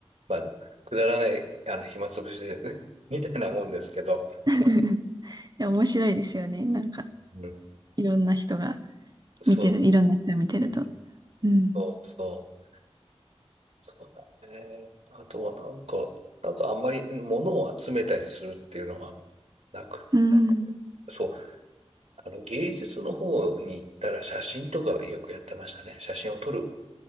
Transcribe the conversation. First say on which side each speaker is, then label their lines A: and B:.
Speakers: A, on the right (about 75°); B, on the right (about 40°).
A: まあ、くだらない、あの、暇つぶしで、<laughs> みたいなもんですけど、
B: <laughs> でも面白いですよね。なんか、
A: うん、
B: いろんな人が
A: そう、
B: 見てる、いろんな人を見てると。
A: うん、
B: うん。
A: そう、そう、そうだね。あとはなんか、なんかあんまり物を集めたりするっていうのはなく、
B: うん。
A: そうあの、芸術の方に行ったら写真とかよくやってましたね。写真を撮る。